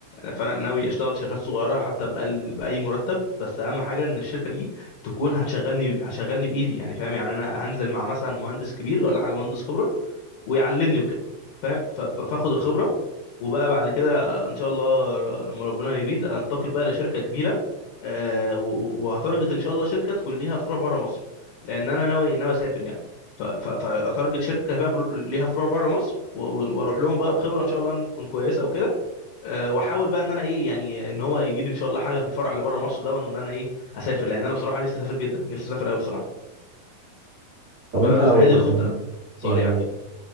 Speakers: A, on the left (about 75°); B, on the right (about 75°).
A: فانا ناوي اشتغل في شركات صغيره حتى بأقل باي مرتب بس اهم حاجه ان الشركه دي تكون هتشغلني هتشغلني بايدي يعني فاهم يعني انا هنزل مع مثلا مهندس كبير ولا حاجه مهندس خبره ويعلمني وكده فاهم ف- ف- فاخد الخبره وبقى بعد كده ان شاء الله لما ربنا يريد انتقل بقى لشركه كبيره آه، و- وهتارجت ان شاء الله شركه تكون ليها فروع بره مصر لان انا ناوي ناوي اسافر يعني ف- ف- فاتارجت شركه فيها فر- ليها فروع بره مصر و- و- واروح لهم بقى بخبره ان شاء الله تكون كويسه وكده أه، واحاول بقى ان انا ايه يعني ان هو يجي لي ان شاء الله حاجه في الفرع اللي بره مصر ده وان انا ايه اسافر لان انا بصراحه نفسي اسافر جدا نفسي اسافر قوي بصراحه
B: طب انت
A: ف- فهي
B: لو
A: دي الخطه
B: يعني
A: نوعا ما باختصار
B: يعني
A: يعني